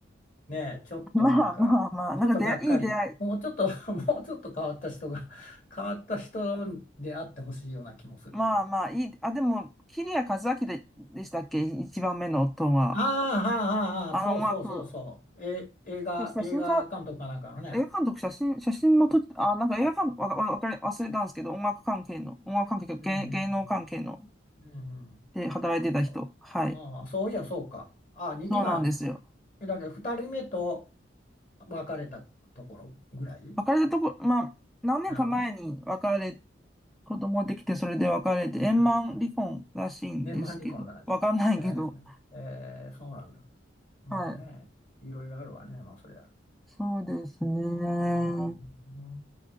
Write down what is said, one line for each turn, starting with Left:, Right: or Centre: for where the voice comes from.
Left: ねえ、
Centre: <laughs>
Left: ちょっとなんか、
Centre: まあまあまあ、
Left: ちょっとがっかり、
Centre: なんか出会い、いい出会い。
Left: もうちょっと、<laughs> もうちょっと変わった人が、<laughs> 変わった人であってほしいような気もするけど。
Centre: まあまあ、いい。あ、でも、桐谷和明で、でしたっけ一番目の夫は。
Left: ああ、はあ、はあ、はあ、
Centre: あの音楽、
Left: そうそうそうそう。え、映画、
Centre: 写写真家、
Left: 映画監督かなんかのね。
Centre: 映画監督、写真、写真も撮って、あ、なんか映画監督、わ、わわかり、忘れたんですけど、音楽関係の、音楽関係、芸、
Left: うんうん
Centre: 芸能関係の、
Left: うん。うんうん。
Centre: で働いてた人。
Left: そうそう。
Centre: はい。
Left: ああ、そういや、そうか。ああ、に今、
Centre: そうなんですよ。
Left: だけど2人目と別れたところぐらい
Centre: 別れたとこ、まあ、何年か前に別れ、
Left: なの
Centre: 子供できて、それで別れて、円満離婚らしいんですけど、
Left: うん。え、万里コの話。
Centre: わかんないけど、
Left: えーえーそうなんだ。まあね、
Centre: はい。
Left: いろいろあるわね、まあそりゃ。
Centre: そうですね。
Left: うーん、